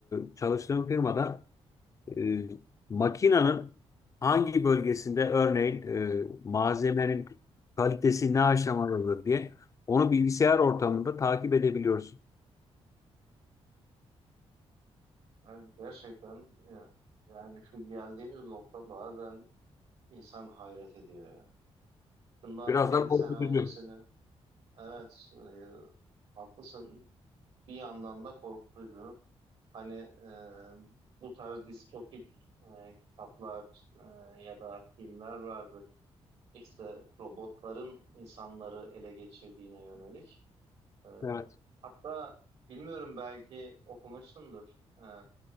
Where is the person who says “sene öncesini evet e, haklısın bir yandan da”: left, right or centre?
Right